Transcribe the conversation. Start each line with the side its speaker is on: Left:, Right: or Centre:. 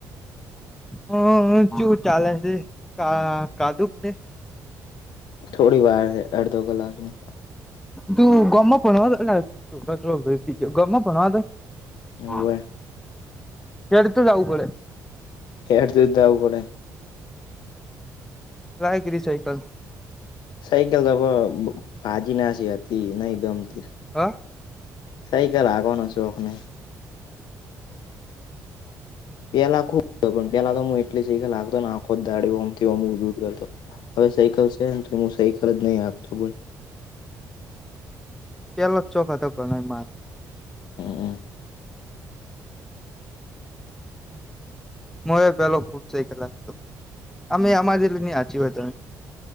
Centre: હમ્મ હમ્મ ચું ચાલે છે કા ખાધુક ને.
Left: થોડી વાર હે અડધો કલાક ની.
Centre: તું ગોમ માં ભણાવા આ પેલો ભઈ કયો ગયો ભણાવા જાય
Left: હોવે
Centre: હ હેડ તો જવું પડે.
Left: હેડ તો જાઉં પડે.
Centre: રાય કરી સાયકલ.
Left: સાયકલ તો ભાજી નાસી હતી નહી ગમતી.
Centre: હા.
Left: સાઈકલ હાંકવાનો શોખ નહી. પેલા ખુબ પણ પેલા તો હું એટલી સાઇકલ હાકતો આખો. ગાડી ઓમ થી ઓમ ઉડ ઉડ કરતો હવે સાયકલ છે ને તો હું સાયકલ જ નહી હાખતો બોલ
Centre: પેલોજ ચોખ હતો ઘણો માર
Left: હમ
Centre: મોએ પેલો ખુબ સાઇકલ હાંકતો અમે અમા જેટલી નહી હા હોય તમે.